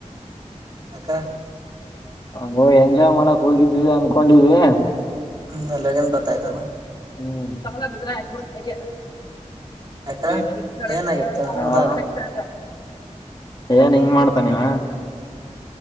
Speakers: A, on the right; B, on the left.
A: ಯಾಕ.
B: ಹೋ ಎಂಜಾಯ್ ಮಾಡಕ್ ಹೋಗಿದೀವಿ ಅನ್ಕೊಂಡಿದ್ವಿ.
A: ಹ್ಮ ಅಲ್ಲಾಗೇನ್ ಗೊತ್ತಾಯ್ತಾನ.
B: ಹ್ಮ್ಮ್. <unintelligible>
A: ಯಾಕ ಏನಾಗಿತ್ತು ಹೋದಾಗ
B: <unintelligible> ಏನ್ ಹಿಂಗ್ ಮಾಡ್ತ ಇವ.